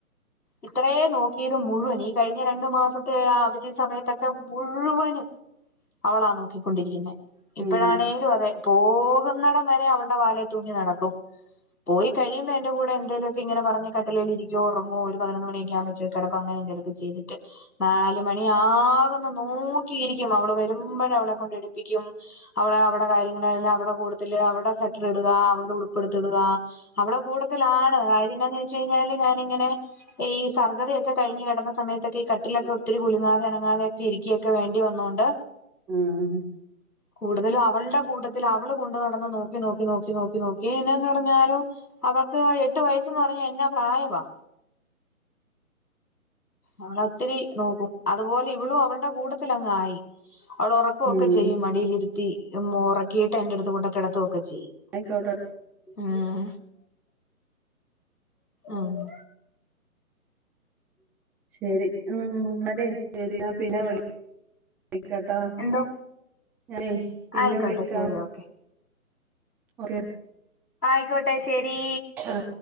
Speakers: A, on the left; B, in the centre.
A: ഇത്രേം നോക്കിത് മുഴുവൻ ഈ കഴിഞ്ഞ രണ്ടു മാസത്തെ അവധി സമയത്തൊക്ക മുഴുവനും അവളാ നോക്കിക്കൊണ്ടിരിക്കുന്നേ ഇപ്പഴാണേലും
B: ഉം
A: അതെ പോകുന്നടം വരെ അവളടെ വാലെ തൂങ്ങി നടക്കും പോയി കഴിയുമ്പോ എന്റെ കൂടെ എന്തെലുക്കെ ഇങ്ങനെ പറഞ്ഞ് കട്ടിലേല് ഇരിക്കോ ഒറങ്ങോ ഒരു പതിനൊന്ന് മണിയൊക്കെ ആവുമ്പ ഇച്ചിരി കെടക്കോ അങ്ങനെ എന്തേലൊക്ക ചെയ്തിട്ട് നാല് മണി ആകുന്ന നോക്കിയിരിക്കും അവള് വരുമ്പഴേ അവളെ കൊണ്ട് ഇടുപ്പിക്കും അവടെ അവടെ കാര്യങ്ങള് അല്ല അവടെ കൂടത്തില് അവടെ സെറ്റർ ഇട്ക അവള്ടെ ഉടുപ്പെടുത്തിടുക അവടെ കൂടത്തിലാണ് കാര്യന്താന്ന് ചോയിച്ചഴിഞ്ഞാല് ഞാനിങ്ങനെ പ്പ ഈ സർജറി ഒക്കെ കഴിഞ്ഞ് കെടന്ന സമയത്തൊക്കെ ഈ കട്ടിലൊക്ക ഒത്തിരി കുലങ്ങാതെ അനങ്ങാതെ ഒക്കെ ഇരിക്കുയൊക്കെ വേണ്ടി വന്നോണ്ട്
B: ഉം
A: കൂടുതലും അ വള്ടെ കൂട്ടത്തിൽ അവള് കൊണ്ടു നടന്ന് നോക്കി നോക്കി നോക്കി നോക്കി നോക്കി ന്നെന്ന് പറഞ്ഞാലും അവൾക്ക് എട്ട് വയസ്സ് ന്ന് പറഞ്ഞ എന്നാ പ്രായവാ അവൾ ഒത്തിരി നോക്കും അതുപോലെ ഇവളും അവളുടെ കൂട്ടത്തിലങ്ങ് ആയി. അവള് ഒറക്കൊക്കെ
B: ഉം
A: ചെയ്യും മടീലിരുത്തി ഉം ഒറ കീട്ട് എന്റെ അടുത്ത് കൊണ്ടെ കെടത്തുവൊക്ക ചെയ്യും
B: ആയിക്കോട്ടെട്ടോ
A: ഉം ആഹ്
B: ശരി ഉം നാലേ ശരി ഞാൻ പിന്നെ വിളി ളിക്കട്ടോ
A: എന്തോ
B: ഞാനെ പിന്നെ
A: ആയിക്കോട്ടെ
B: വിളിക്കാം
A: ശരി ഓക്കെ
B: ഓക്കെ
A: ആയ്കോട്ടെ ശരി
B: ആഹ്